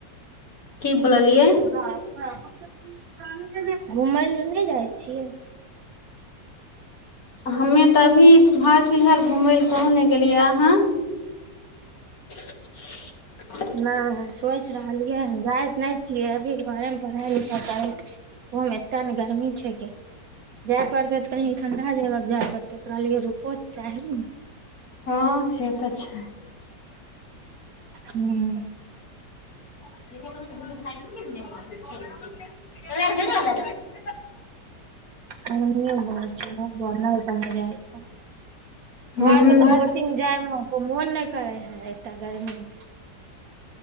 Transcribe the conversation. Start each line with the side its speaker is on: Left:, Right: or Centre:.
Left: की बोललियै
Right: छीयै? <unintelligible> घुमय लै नै जाय छियै।
Left: हम्मे तै अभी हाल फिलहाल घुमय लै कहु नै गेलियै अहाँ? <unintelligible>
Right: नै सोचि रहलियै हें जाए तै नै छियै अभी घरे मे पढ़ाइ-लिखाइ करय छीयै। उहो में एत्ता नै गरमी छै गै। जाय पड़तै तें कहीं ठंडा जगह पर जाय पड़ते ओकरा लिए रुपो तऽ चाही नै
Left: हां से तै छै।
Right: हूं।
Left: <unintelligible>
Right: हुं गर्मीए बहुत छो ओय दुआरें नै कही जाए छो।
Left: हूँ
Right: घर से तै कोच चिंग जाय मे मोन नै करय हें एतय गर्मी में